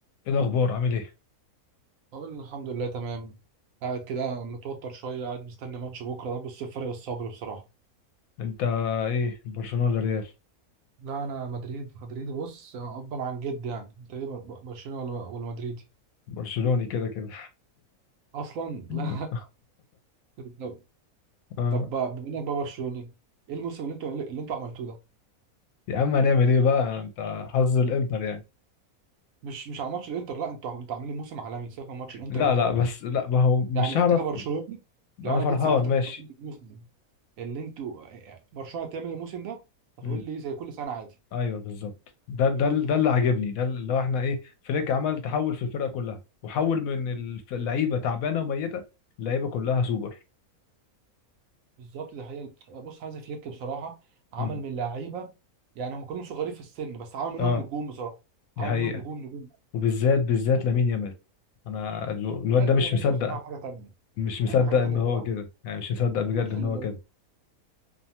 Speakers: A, on the left; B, on the right.
A: ايه الاخبار عامل ايه
B: بقول له الحمد لله تمام قاعد كده متوتر شوية قاعد مستني ماتش بكرة ده بص فرق الصبر بصراحة
A: انت ايه برشلونه ولا ريال
B: لا أنا مدريد مدريدي بص أبا عن جد يعني أنت إيه بر- برشلوني ولا ولا مدريدي؟
A: برشلوني كده كده
B: أصلا
A: <laughs>
B: لا <laughs> طب
A: آه.
B: طب بقى بما إنك بقى برشلوني إيه الموسم اللي أنتوا اللي أنتوا عملتوه ده؟
A: يا عم هنعمل ايه بقى انت حظ الانتر يعني
B: مش مش على ماتش الانتر لا انتوا انتوا عاملين موسم عالمي سيبك من ماتش الانتر
A: لا
B: ده خالص
A: لا بس لا ما هو مش
B: يعني
A: هعرف
B: انت كبرشلوني لو
A: انا
B: انا
A: فرحان
B: جيت سالتك
A: ماشي
B: قبل الموسم اللي انتوا إيه، إيه، برشلونه هتعمل الموسم ده هتقول
A: امم
B: لي زي كل سنه عادي
A: ايوه بالظبط ده ده
B: بجد
A: ده
B: فاهم
A: اللي عاجبني ده اللي هو احنا ايه فليك عمل تحول في الفرقه كلها وحول من الف- اللعيبه تعبانه وميته اللعيبه كلها سوبر
B: بالظبط ده حقيقة بص هانز فليك بصراحة عمل
A: امم
B: من لعيبة يعني هم كلهم صغيرين في السن بس عمل منهم
A: اه
B: نجوم بصراحة
A: دي
B: عمل
A: حقيقه
B: منهم نجوم نجوم
A: وبالذات بالذات لامين يامال انا الو- الواد
B: لا لا
A: ده
B: يمين
A: مش
B: يامال
A: مصدق
B: ده بصراحة حاجة تانية
A: مش مصدق
B: يعني حاجة تانية
A: ان هو
B: بصراحة
A: كده يعني مش مصدق بجد
B: ماتش
A: ان
B: ال
A: هو كده